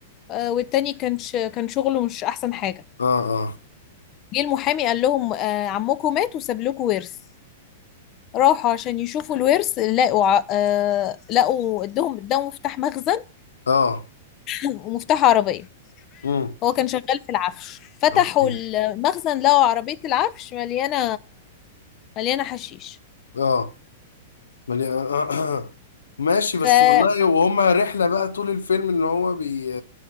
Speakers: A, on the left (about 35°); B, on the left (about 80°).
A: آه، والتاني كان ش... كان شغله مش احسن حاجة
B: اه اه
A: جه المحامي قال لهم آه، عمكم مات وساب لكم ورث راحوا عشان يشوفوا الورث لقوا ع- آه، لقوا ادهم ادهم مفتاح مخزن
B: اه
A: <clears throat> ومفتاح عربية
B: امم
A: هو كان شغال في العفش فتحوا
B: اوكي
A: المخزن لقوا عربية العفش مليانة مليانة حشيش
B: اه ملي... آه. <clears throat> ماشي بس
A: فعايزين
B: والله وهما رحله بقى طول الفيلم ان هو بي